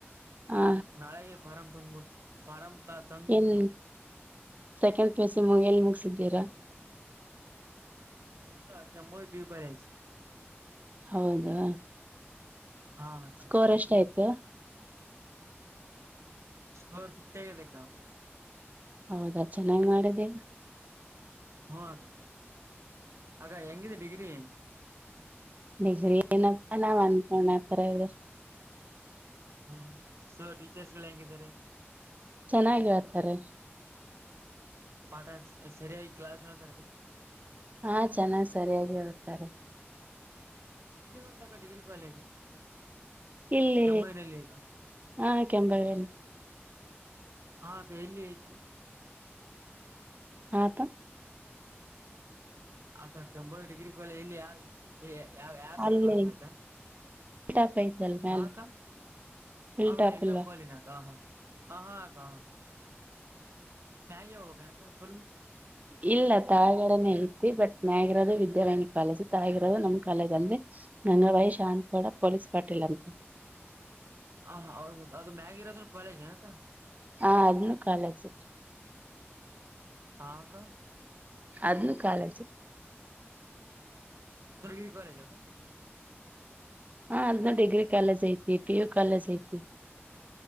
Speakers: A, on the right (about 35°); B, on the right (about 75°).
A: ಹಾ
B: ನಾಳೆನೇ ಫಾರಂ ತಂದ್ಬಿಡು ಫಾರಂ ತಗೋ
A: ಏನ್ ಸೆಕೆಂಡ್ ಪೇಸ ಮು ಎಲ್ಲಿ ಮುಗಸಿದ್ದೀರಾ
B: ಇಲ್ಲಕ್ಕ ಕೆಂಬೋಯ ಬೀ ಬರೆಸೀ
A: ಹೌದಾ
B: ಹಾ ಅಕ್ಕ
A: ಸ್ಕೋರ್ ಎಷ್ಟ ಆಯ್ತು
B: ಸ್ಕೋರ್ ಫಿಟ್ ತೆಗಬೇಕಾ
A: ಹೌದಾ ಚೆನ್ನಾಗ್ ಮಾಡಿದೆ
B: ಹಾಕ ಅ ಎಂಗಿದೆ ಡಗ್ರಿ
A: ಬೇಜಾರ್ ಏನಿಲ್ಲಪಾ ನಾವ್ ಅನ್ಕೊಂಡಾತರ ಇದ್ರೆ ಸಾ
B: ಹ ಸರ್ ಟೀಚರ್ಸಗಳ್ಹ್ಯಾಗಿದಾರೆ.
A: ಚೆನ್ನಾಗಿ ಹೇಳ್ತಾರೆ.
B: ಪಾಠ ಸರಿಯಾಗಿ ಕ್ಲಾಸ್ ಹೇಳ್ತಾರಲ.
A: ಹಾ ಚೆನ್ನಾಗ್ ಸರಿಯಾಗಿ ಹೇಳ್ತಾರೆ.
B: ಎಲ್ಲಿ ಬರ್ತಕ್ಕ ಡಿಗ್ರಿ ಕಾಲೇಜು.
A: ಇಲ್ಲಿ
B: ಕೆಂಬೈನಲ್ಲಿ ಈಗ
A: ಹಾಂ ಕೆಂಬಾವಿಯಲ್ಲಿ.
B: ಹಾ ಕೈಯಲ್ಲಿ ಅಯ್ತಿ.
A: ಹಾಂ ಪ
B: ಆಕ್ಕ ಕೆಂಬಾವಿ ಡಿಗ್ರಿ ಕಾಲೇಜ್ ಇಲ್ಲಿ ಯಾವಿ ಎ ಯಾವ್ ಯಾಸೈಡ್
A: ಅಲ್ಲಿ
B: ಬರ್ತದಕ್ಕ
A: ಹಿಲ್ ಟಾಪ್ ಐತಲ್ ಮ್ಯಾಲೆ
B: ಹಾ ಅಕ್ಕ.
A: ಹಿಲ್
B: ಹ ಹಾ
A: ಟಾಪ್
B: ಇಳ್ತಬ್
A: ಇಲ್ವಾ
B: <unintelligible> ಕಾಲಿನಕ ಹಾ ಹ ಹಾ ಮ್ಯಾಗೆ ಹೋಗಬೇಕೇನಕ್ಕಾ ಫುಲ್
A: ಇಲ್ಲ ತಲಗಡನೆೇ ಐತಿ ಬಟ್ ಮ್ಯಾಗಿರೋದು ವಿದ್ಯಾರಣ್ಯ ಕಾಲೇಜ್. ತಳಗಿರೋದು ನಮ್ ಕಾಲೇಜ್ ಅಂದ್ರೆ ನನ್ನ ವೈಶ್ ಶಾಂತಗೌಡ ಪೊಲೀಸ್ ಪಾಟೀಲ್ ಅಂತ.
B: ಹ, ಹಾ, ಹೌದು ಅದು ಮ್ಯಾಗಿರೋದು ಕಾಲೇಜೇನಕ್ಕಾ,
A: ಹಾ ಅದನ್ನು ಕಾಲೇಜು.
B: ಹಾ, ಅಕ್ಕಾ
A: ಅದನ್ನು ಕಾಲೇಜು -
B: ಅದರ್ಗಿರಿ ಕಾಲೇಜಕ <unintelligible>
A: ಹಾ ಅದ್ನ ಡಿಗ್ರಿ ಕಾಲೇಜ್ ಐತಿ, ಪಿ ಯು ಕಾಲೇಜ್ ಐತಿ.